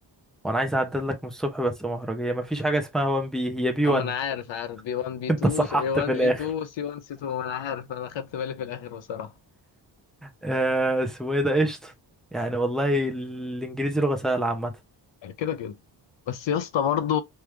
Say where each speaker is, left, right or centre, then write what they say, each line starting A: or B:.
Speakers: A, in the centre; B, on the left.
A: وانا عايز اعدل لك من الصبح بس مهرجيه مفيش حاجه اسمها 1 بي هي بي
B: اما
A: 1
B: انا عارف عارف
A: <laughs>
B: بي 1 بي 2
A: انت صححت
B: اي 1
A: في الاخر
B: اي 2 سي 1 سي 2 انا عارف انا خدت بالي في الاخر بصراحه
A: آه، اسمه ايه ده قشطه يعني والله الانجليزي لغه سهله عامه
B: كده كده بس يا اسطى برضو